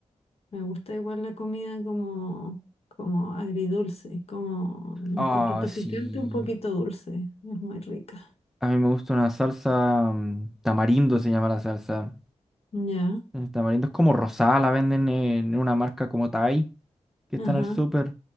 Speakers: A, on the left; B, in the centre.
A: me gusta igual la comida como, como agridulce, como un
B: Ah,
A: poquito
B: sí.
A: picante, un poquito dulce. Es muy rica.
B: A mí me gusta una salsa mm, tamarindo, se llama la salsa.
A: Ya,
B: El tamarindo es como rosada, la venden en una marca como Thai, que está
A: ajá,
B: en el súper.